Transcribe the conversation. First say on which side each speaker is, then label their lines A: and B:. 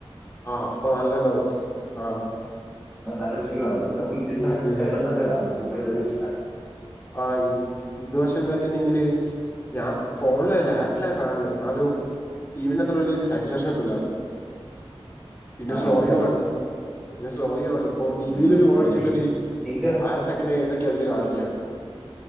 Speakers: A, on the left; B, in the centre.
A: ആഹ് അപ്പൊ നല്ലതാവും ശ് ആഹ്
B: അ നല്ല വ്യൂ ആണ്
A: ഉം
B: എടക്ക് ഇരുന്ന്
A: ഉം
B: കെടന്നൊക്കെ കാണും സഖായിട്ട് കാണും
A: ആയിറ്റ് ഇതുവക്ഷെ എന്താച്ച്ട്ട്ണ്ട്ങ്കില് ഞാംഫോണ്ലല്ല ആപ്പിലാ കാണ്ല് ഇന്നാലും ടീമന് അത്ര ഒര് സാറ്റിസ്ഫാക്ഷൻ കിട്ടൂല പിന്നെ
B: ആഹ്
A: സ്ലോയുആണ്
B: അത്
A: പിന്നെ സ്ലോയുആണ് ഇപ്പോ
B: കറക്റ്റ്
A: ടി വീ ലൊരു ഗോൾ അടിച്ചിട്ട് ഒര്
B: ലിംഗം
A: അര സെക്കൻഡൈഞിടക്കെ അതില് കാണിക്ക്യാ